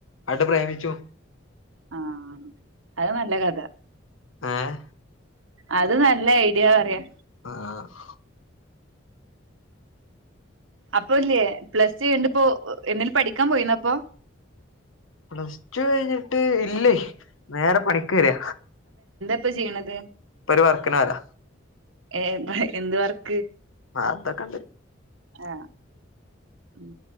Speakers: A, on the left; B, on the right.
A: അട്ട് പ്രേമിച്ചു
B: ആഹ അത് നല്ല കഥ
A: ഏഹ്
B: അത് നല്ല ഐഡിയ പറയാ
A: ആഹ
B: അപ്പൊല്ലേ പ്ലസ്ടു കഴിഞ്ഞിട്ട് ഇപ്പോ ഏ എന്തെങ്കിലും പഠിക്കാൻ പോയിന്നപ്പൊ
A: പ്ലസ്ടു കഴിഞ്ഞിട്ട് ഇല്ലേ നേറെ പണിക്ക് കേറിയ
B: ഇപ്പൊ ചെയ്യണത്
A: ഇപ്പോ ഒരു വർക്കിനേയ്ത
B: ഏ ന്ത് എന്ത് വർക്ക്
A: ആ അതൊക്കെണ്ട്
B: ആഹ ഉം